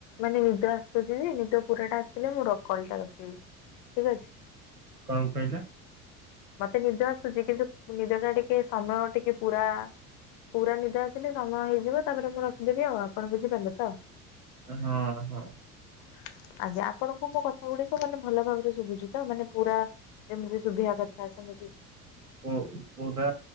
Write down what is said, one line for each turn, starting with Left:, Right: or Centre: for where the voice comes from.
Left: ମାନେ ନିଦ ଆସୁଛି ଯେ ନିଦ ପୁରା ଟା ଆସିଲେ ମୁଁ ର କଲ ଟା ରଖିବି। ଠିକ ଅଛି।
Right: କଣ କହିଲ?
Left: ମତେ ନିଦ ଆସୁଛି କିନ୍ତୁ ନିଦ ଟା ଟିକେ ସମୟ ଟିକେ ପୁରା ପୁରା ନିଦ ଆସିଲେ ସମୟ ହେଇଯିବ, ତାପରେ ମୁଁ ରଖିଦେବି ଆଉ ଆପଣ ବୁଝିପାରିଲେ ତ।
Right: ହଁ- ହଁ।
Left: <inaudible> ଆଜ୍ଞା ଆପଣଙ୍କ ମୋ କଥା ଗୁଡିକ ମାନେ ଭଲ ଭାବରେ ଶୁଭୁଛି ତ, ମାନେ ପୁରା ଯେମିତି ଶୁଭିବା କଥା ଥା ସେମିତି
Right: ଓ ପୁରା